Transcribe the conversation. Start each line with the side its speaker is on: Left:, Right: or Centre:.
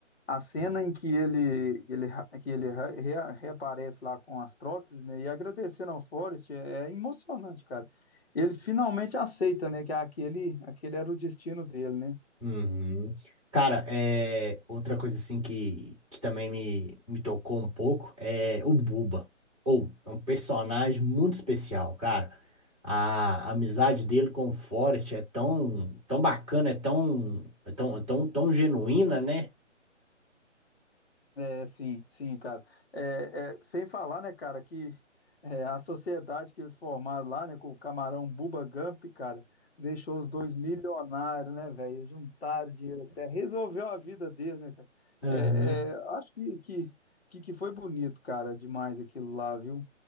Left: A cena em que ele, que ele, ra- que ele ra- rea- reaparece lá com as próteses, né, e agradecendo ao Forrest é, é emocionante, cara. Ele finalmente aceita, né, que aquele, aquele era o destino dele, né?
Centre: Uhum. Cara, é outra coisa assim que, que também me, me tocou um pouco é o Buba. Ou é um personagem muito especial, cara. A amizade dele com o Forrest é tão, tão bacana, é tão, é tão, tão, tão genuína, né?
Left: É, sim, sim, cara. É, é, sem falar, né, cara, que é, a sociedade que eles formaram lá, né, com o camarão Bubba Gump, cara, deixou os dois milionários, né, velho? Eles Juntaram dinheiro até, resolveu a vida deles, né, cara?
Centre: Aham.
Left: É, é, acho que, que, que, que foi bonito, cara, demais aquilo lá, viu?